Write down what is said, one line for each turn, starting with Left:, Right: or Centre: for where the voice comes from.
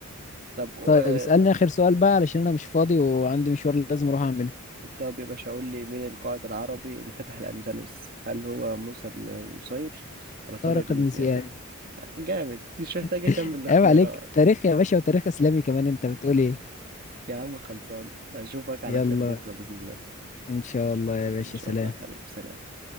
Right: طب و-
Left: طيب اسألني اخر سؤال بقى علشان انا مش فاضي وعندي مشوار لازم اروح اعمله
Right: طب يا باشا قول لي مين القائد العربي اللي فتح الأندلس هل هو موسى بن نصير ولا طارق
Left: طارق
Right: بن
Left: بن
Right: زياد
Left: زياد
Right: جامد مش محتاج
Left: <laughs>
Right: أكمل الاختيارات
Left: عيب عليك تاريخ يا باشا وتاريخ اسلامي كمان انت بتقول ايه
Right: يا عم خلصان أشوفك على
Left: يلا
Right: خير بكرة بإذن الله
Left: ان شاء الله يا باشا
Right: إن شاء
Left: سلام
Right: الله يا حبيبي سلام